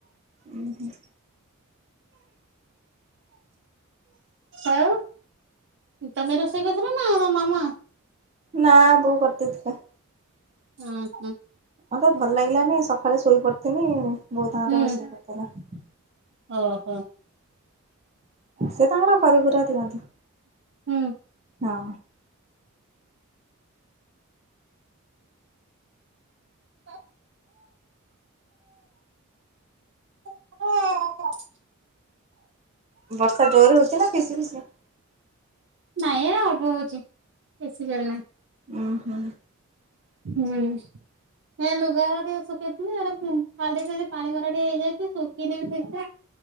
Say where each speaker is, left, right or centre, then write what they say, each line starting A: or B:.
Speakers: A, on the right (about 30°); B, on the right (about 55°).
A: ହୁଁ
B: ଆଁ ତମେ ରୋଷେଇ କରିଥିଲ ନା ତମ ମାମା?
A: ନା ବୋଉ କରିଦେଇଥିଲା।
B: ହଁ -ହୁଁ
A: ଆଉ ତ ଭଲ ଲାଗିଲାନି ସକାଳେ ଶୋଇପଡିଥିଲି ବଉ ତାଙ୍କର
B: ହୁଁ
A: ସେ ରୋଷେଇ କରିଦେଲେ।
B: ଓହୋ।
A: ସେ ତାଙ୍କର କରିକୁରା ଦିଅନ୍ତି।
B: ହୁଁ।
A: ହଁ।
B: <inaudible> ନାଇଁ
A: ବର୍ଷା ଜୋରରେ ହଉଛି ନା ଫିସି ଫିସି?
B: ନାଇଁ ଏ ଅଳ୍ପ ହଉଛି। ବେଶି ଜୋରେ ନାହିଁ।
A: ଉୁଁ -ହୁଁ।
B: ହୁଁ ହେଁ ଲୁଗା ଟିକେ ଶୁଖେଇଥିଲି, ଏଣେ <unintelligible> ପାଣି ମରା ଟିକେ ହେଇଯାଇଛି ଶୁଖୁନି ବି ଠିକ୍ ସେ